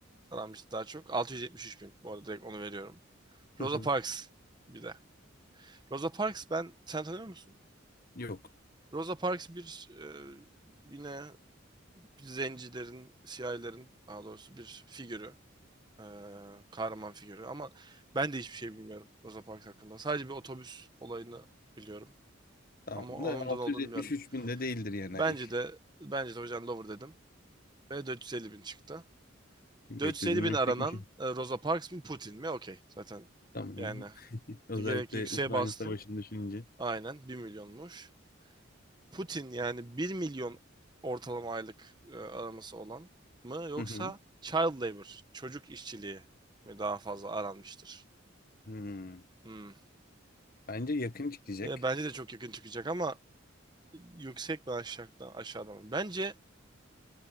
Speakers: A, on the right; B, on the left.
A: aranmış daha çok? 673 bin. Bu arada direkt onu veriyorum.
B: Hı
A: Rosa
B: hı.
A: Parks bir de. Rosa Parks ben sen tanıyor musun?
B: Yok.
A: Rosa Parks bir e, yine zencilerin, siyahilerin daha doğrusu bir figürü. E, kahraman figürü ama ben de hiçbir şey bilmiyorum Rosa Parks hakkında. Sadece bir otobüs olayını biliyorum.
B: Tamam.
A: Ama onun
B: Bu da 673
A: da ne olduğunu bilmiyorum.
B: bin de değildir yani
A: Bence
B: aylık.
A: de bence de o yüzden Lover dedim. Ve 450 bin çıktı.
B: Beklediğimden
A: 450 bin aranan
B: yüksekmiş.
A: e, Rosa Parks mı Putin mi? Okey. Zaten
B: Tamam.
A: yani
B: <laughs> Özellikle
A: gerek yükseğe
B: Ukrayna
A: bastım.
B: Savaşı'nı düşününce.
A: Aynen bir milyonmuş. Putin yani bir milyon ortalama aylık e, araması olan mı yoksa
B: Hı hı.
A: child labor çocuk işçiliği mi daha fazla aranmıştır?
B: Hmm.
A: Hmm.
B: Bence yakın çıkacak.
A: E, bence de çok yakın çıkacak ama yüksek mi aşağıda, aşağıda mı? Bence